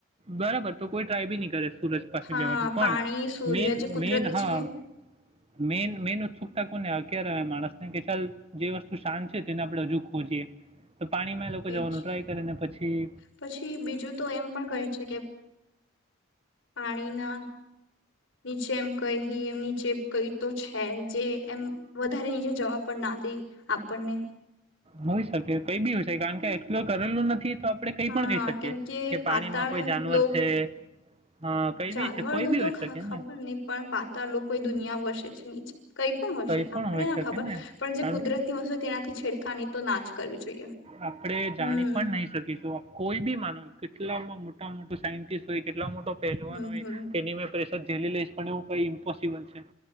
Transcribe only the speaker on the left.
હા
પાણી સૂર્ય
જે કુદરતી
છે
એજ
પછી બીજું તો એમ પણ કહે છે કે પાણીના નીચે એમ કઈ એમ નીચે કઈ તો છે, જે એમ વધારે નીચે જવા પડે ના, દે આપણને.
હા
કેમ
પાતાળ
લોક
જાનવરનું
ખાસ,
તો ખબર
નહી પણ પાતાળ લોકો દુનિયા વસે છે, નીચે. કઈ પણ હોય,
શકે
આપણને
ના ખબર
પણ જે
કુદરતની
વસ્તુ હોય, તેનાથી છેડકાની તો નાજ કરવી જોઈએ.
હમ
હમ
હમ